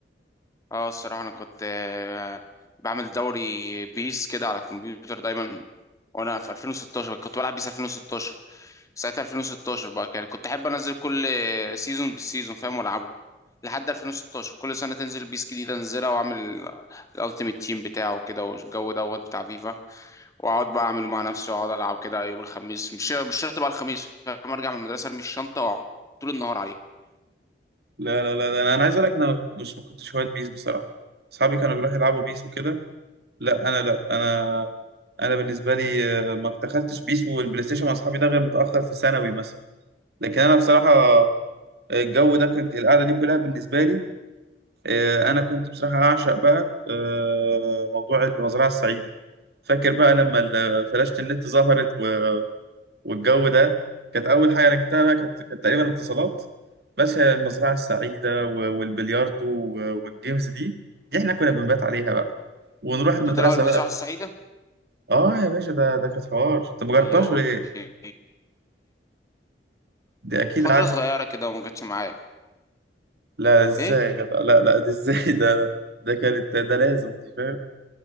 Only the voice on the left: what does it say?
اه الصراحه انا كنت آه، بعمل دوري بيس كده على الكمبيوتر دايما وانا في 2016 كنت بلعب بيس 2016 ساعتها 2016 بقى كان كنت احب انزل كل سيزون بالسيزون فاهم والعبه لحد 2016 كل سنه تنزل بيس جديده انزلها واعمل الالتيميت تيم بتاعه كده والجو دوت بتاع فيفا واقعد بقى اعمله مع نفسي واقعد العب كده يوم الخميس مش مش شرط بقى الخميس لما ارجع من المدرسه ارمي الشنطه واقعد طول النهار عليه
كنت بتلعب المزرعه
السعيده
ايوه
دي
فتره
صغيره كده وما جاتش معايا
ايه